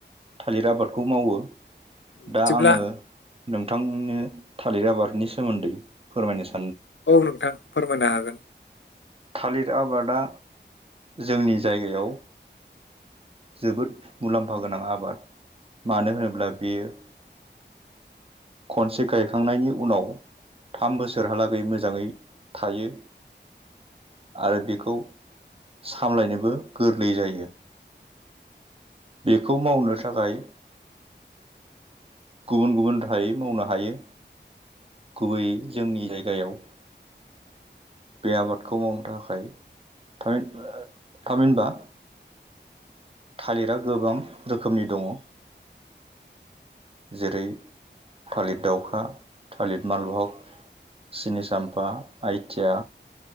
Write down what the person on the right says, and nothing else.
थालिर आबादखौ मावो
दा आङो नोंथांनो थालिर आबादनि सोमोन्दै फोरमायनो स
थालिर आबादा जोंनि जायगायाव जोबोद मुलाम्फा गोनां आबाद मानो होनोब्ला बेयो खनसे गायखांनायनि उनाव थाम बोसोरहालागै मोजाङै थायो आरो बेखौ सामलायनोबो गोरलै जायो बेखौ मावनो थाखाय गुबुन गुबुन राहायै मावनो हायो गुबैयै जोंनि जायगायाव बे आबादखौ मावनो थाखाय <unintelligible> थामिनबा थालिरा गोबां रोखोमनि दङ जेरै थालिर दाउखा थालिर मालभग सिनिसामफा, आइथिया